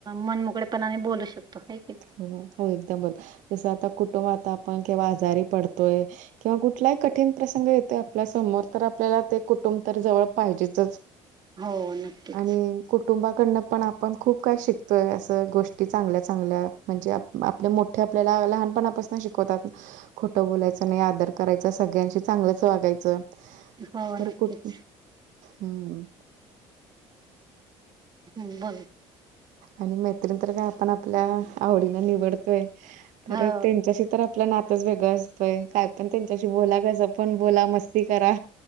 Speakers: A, on the right; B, on the right.
A: मन मोकळेपणाने बोलू शकतो. हाय
B: हो हो एकदम बरोबर जसं आता कुटुंबात आता आपण केव्हा आजारी पडतोय. किंवा कुठलाही कठीण प्रसंग येतोय आपल्या समोर तर आपल्याला ते कुटुंब तर जवळ पाहिजेचच
A: हो नक्कीच
B: आणि कुटुंबाकडनं पण आपण खूप काय शिकतोय असं गोष्टी चांगल्या चांगल्या म्हणजे आपल्या मोठ्या आपल्या लहानपणापासूनच शिकवतात खोटं बोलायचं नाही आदर करायचं सग चांगलंच वागायचंय
A: हो
B: तर
A: नक्कीच
B: कुठ हम्
A: बोल
B: आणि मैत्रिण तर काय आपण आपल्या आवडीना निवडतोय तर
A: हो
B: त्यांच्याशी तर आपलं नातच वेगळं असतोय काय पण त्यांच्याशी बोला कसं पण बोला मस्ती करा